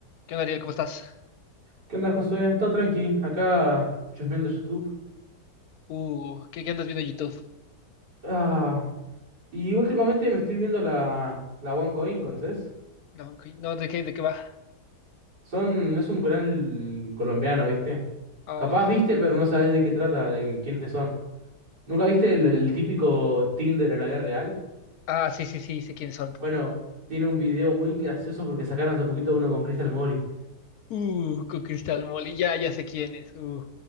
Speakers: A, on the left (about 70°); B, on the right (about 80°).
A: ¿Qué onda, Ariel? ¿Cómo estás?
B: ¿Qué onda, Josué? Todo tranqui, acá chusmeando YouTube.
A: Uh, ¿qué, qué andas viendo en YouTube?
B: Ah, y últimamente me estoy viendo la, la OneCoin, ¿conoces?
A: No, ok, no, ¿de qué, de qué va?
B: Son, es un canal colombiano, ¿viste?
A: Ah,
B: Capaz
A: ok.
B: viste, pero no sabes de qué trata, de quiénes son. ¿Nunca viste el, el típico Tinder en la vida real?
A: Ah, sí, sí, sí, sé quiénes son.
B: Bueno, tiene un video muy gracioso porque sacaron hace poquito uno con Crystal Molly.
A: Uh, con Crystal Molly, ya, ya sé quién es. Uh,